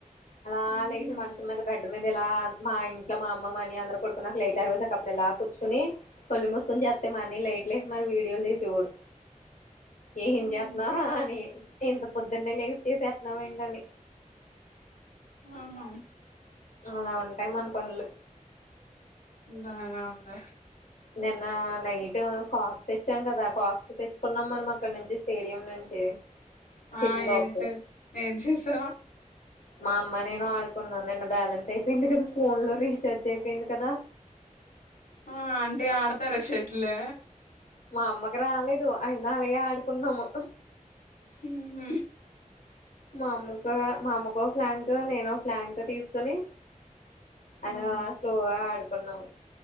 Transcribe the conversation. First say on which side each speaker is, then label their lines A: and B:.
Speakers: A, on the left; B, on the left.
A: అలా
B: హుహు.
A: లేసి మంచం మీద బెట్- బెడ్ మీద ఇలా. మా ఇంట్లో మా అమ్మ మా అన్నయ్య అందరు పడుకున్నాక లైట్లు అరవేసి అప్పుడ ఇలా కూర్చొని కళ్ళు మూసుకొని చేతే మా అన్నయ్య లైట్లు వేసి మరి వీడియోలు తీసేవాడు. ఎమ్
B: హుహు.
A: జెతున్నావురా అని ఎంత పొద్దున్నే లేచి చేసేతనవు ఏంటని.
B: హ హ
A: అలా ఉంటాయి. మన పనులు.
B: బాగానే ఉందే.
A: నిన్న నైట్ కాక్ తెచ్చాం కదా కాక్స్ తెచ్చుకున్నాం. మనం అక్కడ నుంచి స్టేడియం నుంచి. షటిల్
B: ఆ
A: కాక్స్
B: ఏం చే ఏం చేసావ్
A: మా అమ్మ నేను ఆడుకున్నాం. నిన్న బ్యాలెన్స్ అయిపోయింది కదా. ఫోన్ లో రీఛార్జ్ అయిపోయింది కదా.
B: ఆన్ ఏ ఆడతరా షెటిల్ లు
A: మా అమ్మకి రాలేదు. అయినా అలాగే ఆడు పున్నము.
B: హు హు
A: మా అమ్మకా మా అమ్మకో ఫ్లాంక్ నేనో ఫ్లాంక్ తీసుకోని. అలా
B: ఆహా!
A: స్లోగా ఆడు కున్నాము.